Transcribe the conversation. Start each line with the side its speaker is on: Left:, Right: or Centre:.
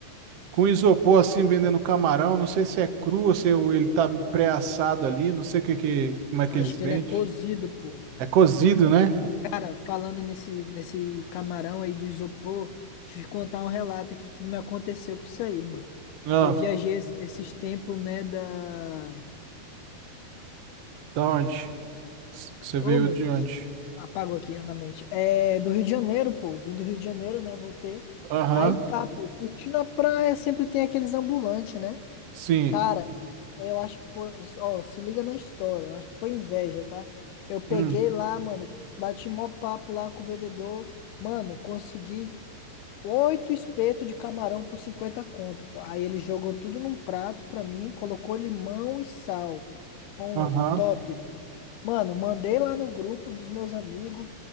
Right: com isopor, assim, vendendo camarão. Não sei se é cru ou se o- ele tá pré-assado ali, não sei o que, que, como é que
Left: eu acho
Right: eles
Left: que
Right: vendem.
Left: ele é cozido, pô.
Right: É cozido, né?
Left: Cara, falando nesse, nesse camarão aí do isopor, deixa eu te contar um relato aqui que me aconteceu com isso aí, mano.
Right: Ah,
Left: Eu viajei es- esses tempos, né, da...
Right: da onde? Você
Left: Oh,
Right: veio
Left: meu
Right: de
Left: Deus.
Right: onde?
Left: Apago aqui na mente. É, do Rio de Janeiro, pô. Vim do Rio de Janeiro, né, voltei.
Right: Aham,
Left: Aí tá, pô, curtindo a praia, sempre tem aqueles ambulantes, né?
Right: sim.
Left: Cara, eu acho que foi... Ó, se liga na história. Eu acho que foi inveja, tá? Eu peguei
Right: Hum,
Left: lá, mano, bati mó papo lá com o vendedor. Mano, consegui Oito espetos de camarão por cinquenta conto. pô. Aí ele jogou tudo num prato pra mim, colocou limão e sal. Pão,
Right: Aham.
Left: top. Mano, mandei lá no grupo dos meus amigos